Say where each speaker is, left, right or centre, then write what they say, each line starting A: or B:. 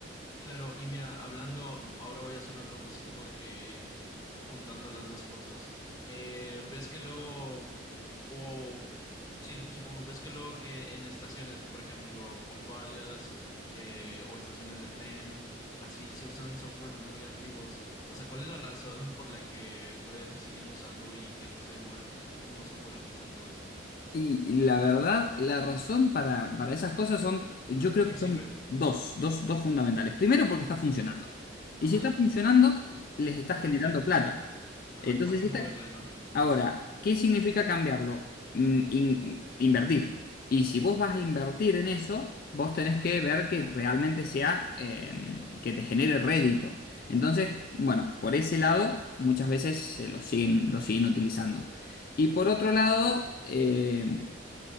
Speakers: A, on the left (about 20°); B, on the left (about 50°).
A: Claro, y mira, hablando, ahora voy a hacer una pregunta así como de que juntando las dos cosas. Eh, ¿ves que luego, o sí, supongo, ves que luego que en estaciones, por ejemplo, portuarias eh, o estaciones de tren, así se usan software muy antiguos? O sea, ¿cuál es la razón <laughs> por la que todavía se siguen usando y que no se moderna, no se moderniza todo eso?
B: Y la verdad, la razón para, para esas cosas son, yo creo
A: ¿Por
B: que
A: qué
B: son
A: sirve?
B: dos, dos, dos fundamentales. Primero, porque está funcionando. Y
A: Ajá,
B: si está funcionando, les está
A: ¿para
B: generando
A: qué?
B: plata.
A: Ajá,
B: Entonces,
A: ¿y para qué
B: si
A: moverle,
B: está...
A: no?
B: Ahora, ¿qué significa cambiarlo? Mm, in- invertir. Y si vos vas a invertir en eso, vos tenés que ver que realmente sea, eh, que te genere rédito. Entonces, bueno, por ese lado, muchas veces se lo siguen, lo siguen utilizando. Y por otro lado, eh,